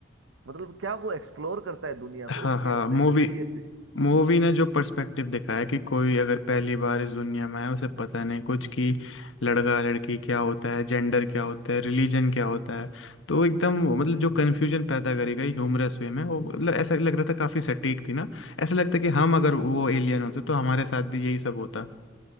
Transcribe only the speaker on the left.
हाँ
हाँ
मूवी
मूवी ने जो पर्सपेक्टिव दिखाया कि कोई अगर पहली बार इस दुनिया में आया उसे पता नहीं कुछ कि लड़का लड़की क्या होता है जेंडर क्या होता है रिलीजन क्या होता है तो एकदम मतलब जो कन्फ्यूजन पैदा करी गई ह्यूमरस वे में वो मतलब ऐसा लग रहा था काफ़ी सटीक थी ना ऐसा लगता है कि हम अगर वो एलियन होते तो हमारे साथ भी यही सब होता